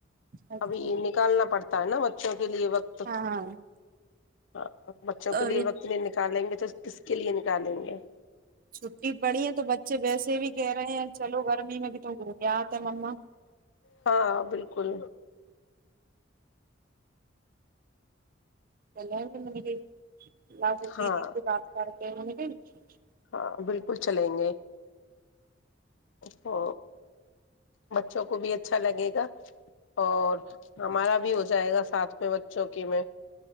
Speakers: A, on the right; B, on the left.
A: اچھا
B: <unintelligible> ابھی نکالنا پڑتا ت نا بچوں کے لیے وقت ہ
A: ہاں ہاں
B: <unintelligible> بچوں کے
A: اور
B: لیے وقت میں گے کس کے لیے نکالیں گے
A: چھٹی پڑی ہے تو بچے ویسے بھی کہہ رہے ہیں چلو گرمی میں بھی تم گھوم آتے مما
B: ہاں بالکل
A: اللہ مے <unintelligible> ل
B: ہاں
A: دیدی سے بات کرتے <unintelligible> ای <unintelligible>
B: ہاں بالکل چلیں گے تو بچوں کو بھی اچھا لگے گا اور ہمارا بھی ہو جائے گا سات میں بچوں کی میں